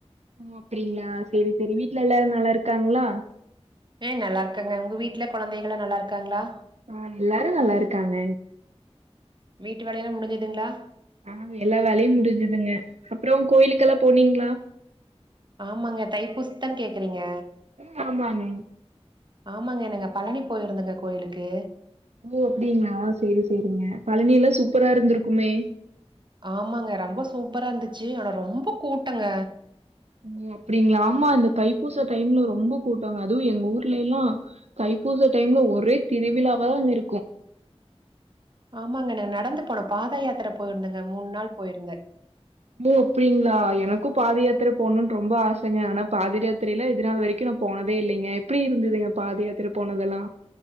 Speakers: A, on the right; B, on the right.
A: ஓ அப்டிங்களா சேரி சேரி வீட்ல எல்லாரு நல்லாருக்காங்ளா
B: அ நல்லாருக்காங்க உங்க வீட்ல கொழந்தைகளா நல்லாருக்காங்ளா
A: ஆ எல்லாரு நல்லாருக்காங்க
B: வீட்டு வேலையெல்லா முடிஞ்சுதுங்களா
A: ஆ எல்லா வேலையு முடிஞ்சுதுங்க அப்பறோ கோயிலுக்கெல்லா போனீங்களா
B: ஆமாங்க தை பூசதான் கேக்குறீங்க
A: ம் ஆமாங்க
B: ஆமாங்க நாங்க பழனி போயிருந்தோங்க கோயிலுக்கு
A: ஓ அப்டிங்களா சேரி சேரிங்க பழனி எல்லா சூப்பரா இருந்திருக்குமே
B: ஆமாங்க ரொம்ப சூப்பரா இருந்துச்சு ஆனா ரொம்ப கூட்டங்க
A: ஓ அப்டிங்களா ஆமா இந்த தைப்பூச டைம்ல ரொம்ப கூட்டங்க அதுவு எங்க ஊர்லைல்லா தைப்பூச டைம்ல ஒரே திருவிழாவா இருக்கு
B: ஆமாங்க நா நடந்து போனோ பாத யாத்திரை போயிருந்தேங்க மூணு நாள் போயிருந்தே
A: ஓ அப்டிங்களா எனக்கு பாத யாத்திர போணுனு ரொம்ப ஆசங்க ஆனா பாதிரயாத்திரைல இது நாள் வரைக்கு நா போனதே இல்லைங்க எப்டி இருந்ததுங்க பாத யாத்திர போனதெல்லா